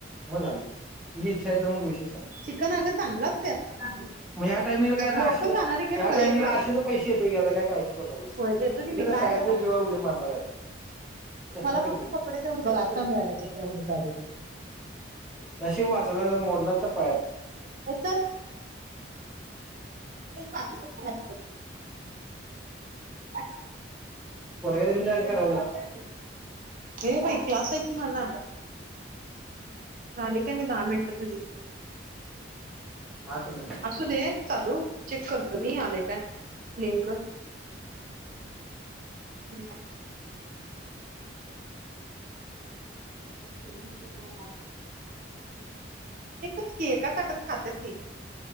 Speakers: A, in the centre; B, on the right (about 45°).
A: मंग आलो तुझी ईच्छा आहे तरं मंग विषय संपला
B: चिकन अगं चांगलं असते
A: मंग यां टाइमिंगला कायंशील
B: लोक जाणारी काय
A: यां
B: खुळे
A: टाइमंगलां असेच पैसे येते की आतां कायं काळजि करूं नको बसं
B: खुळे देतो की
A: मी तरं
B: काय
A: सगळ्यांच्या
B: त्याला
A: जीवांवर उडीे मारणांर आहे. आतां चष्मा
B: मला
A: ठेवतील
B: फक्त कपडे तेवढे बघ द्यायचे. आता मिळाला चक्का हुडका आलो
A: नशिब वां तुझां जरं मोडलां असतां पांय
B: ए, चल एक पा क पा <unintelligible>
A: पोरग्याला घेऊन जायचं का राहू दे?
B: ये बांई क्लांस आहे कि मांझां झालीं की नाहीं दहा मिनिटं तुझी
A: आठ मिनिट
B: अंसू दे चालूं चेक करतो मी आले कायं लिंक ह् <unintelligible>
A: ठी <unintelligible> <unintelligible>
B: एकचं की एकांच ताटांत खांता ते